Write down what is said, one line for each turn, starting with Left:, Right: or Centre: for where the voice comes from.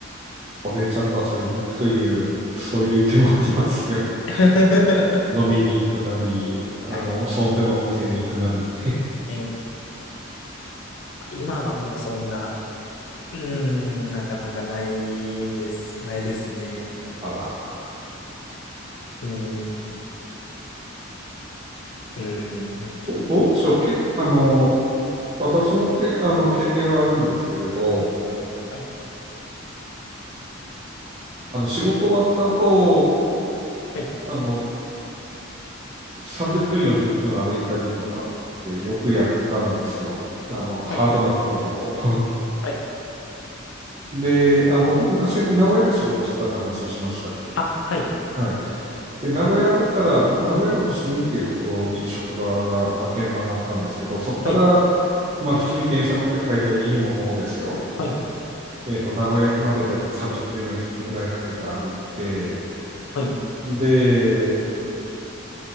Right: お姉ちゃんと遊びに行くという、そういう手もありますよ。<laughs>
Left: <laughs>
Right: 飲みに行くなり、あの、
Left: はい。
Right: その手のお店に行くなり。
Left: え今はもうそんな、うーん、なかなかないんです、ないですね。
Right: あら、
Left: うーん、うーん。
Right: ど、どうでしょうけ、あの、私もけ、あの、経験はあるんですけれど、
Left: はい、
Right: あの、仕事終わった後、
Left: はい、
Right: あの、30分、40分歩いたりとかってよくやってたんですよ。あの、ハードな時ほど。
Left: はい、
Right: <laughs>
Left: はい。
Right: で、あの、僕昔名古屋で仕事してたって話しましたっけ
Left: あ、はい、
Right: はい。で、名古屋から、名古屋の伏見っていうところに職場が、まあ、現場があったんですけど、そこから、
Left: はい、
Right: まあ、普通に電車乗って帰りゃいいものですよ。
Left: はい、
Right: えっと、名古屋駅までだいたい30分、40分ぐらいかけて歩いて、
Left: はい。
Right: で、